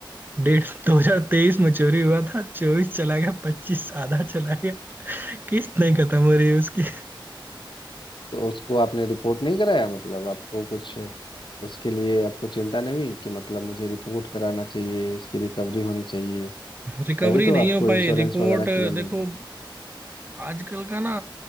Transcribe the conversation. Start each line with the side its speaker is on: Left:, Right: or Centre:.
Right: डेढ़ 2023 में चोरी हुआ था चौबीस चला गया पच्चीस आधा चला गया किस्त नहीं खत्म हो रही है उसकी
Left: तो उसको आपने रिपोर्ट नहीं कराया मतलब आपको कुछ उसके लिए आपको चिंता नहीं हुई कि मतलब मुझे रिपोर्ट कराना चाहिए इसकी रिकवरी होनी चाहिए
Right: रिकवरी
Left: तभी तो
Right: नहीं
Left: आपको
Right: हो पाई
Left: इंश्योरेंस
Right: रिपोर्ट
Left: वगैरह क्लेम मिलता
Right: देखो आजकल का ना